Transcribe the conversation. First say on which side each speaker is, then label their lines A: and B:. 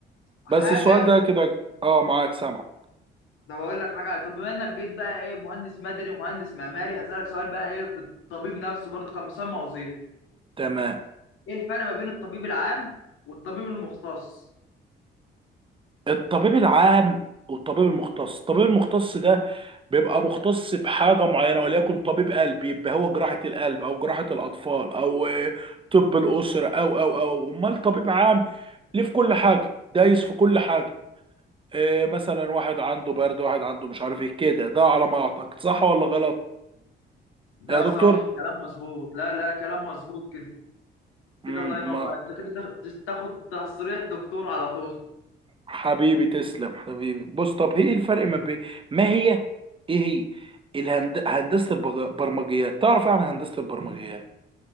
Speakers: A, on the left; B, on the right.
A: حاجه
B: بس السؤال ده كده اه معاك سامع
A: ده بقول لك حاجه طب بما انك جيت بقى ايه مهندس مدني ومهندس معماري هسألك سؤال بقى ايه في الطبيب نفسه برضه كان مسمى وظيفي
B: تمام
A: ايه الفرق ما بين الطبيب العام والطبيب المختص
B: الطبيب العام والطبيب المختص الطبيب المختص ده بيبقى مختص بحاجة معينة وليكن طبيب قلب يبقى هو جراحة القلب أو جراحة الأطفال أو آه، طب الأسرة أو أو أو أمال طبيب عام ليه في كل حاجة دايس في كل حاجة إيه مثلا واحد عنده برد واحد عنده مش عارف ايه كده ده على ما أعتقد صح ولا غلط
A: ده
B: يا دكتور؟
A: صح كلام مظبوط لا لا كلام مظبوط كده كده
B: مم،
A: الله ينور
B: ما
A: انت كده تاخد تاخد تصريح دكتور على طول
B: حبيبي تسلم حبيبي بص طب هي ايه الفرق ما بين ما هي ايه هي الهند... هندسة البرمجيات تعرف يعني إيه هندسة البرمجيات